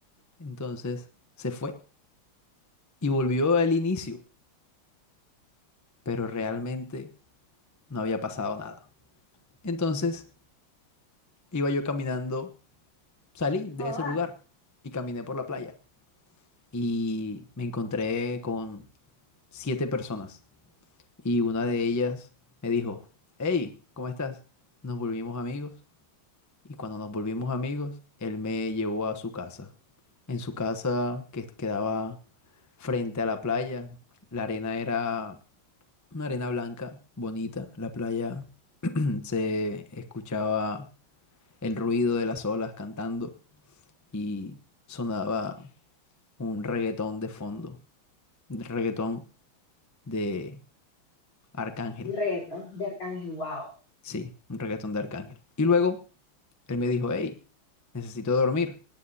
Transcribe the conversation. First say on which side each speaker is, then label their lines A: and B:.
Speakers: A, on the left; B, on the left.
A: Entonces se fue y volvió al inicio, pero realmente no había pasado nada. Entonces iba yo caminando, salí de
B: No,
A: ese
B: va.
A: lugar y caminé por la playa y me encontré con siete personas Y una de ellas me dijo, hey, ¿cómo estás? Nos volvimos amigos. Y cuando nos volvimos amigos, él me llevó a su casa. En su casa que quedaba frente a la playa, la arena era una arena blanca, bonita. La playa <clears throat> se escuchaba el ruido de las olas cantando y sonaba un reggaetón de fondo, un reggaetón de Arcángel.
B: Un reggaetón de Arcángel, wow.
A: Sí, un reggaetón de Arcángel. Y luego... Él me dijo, hey, necesito dormir.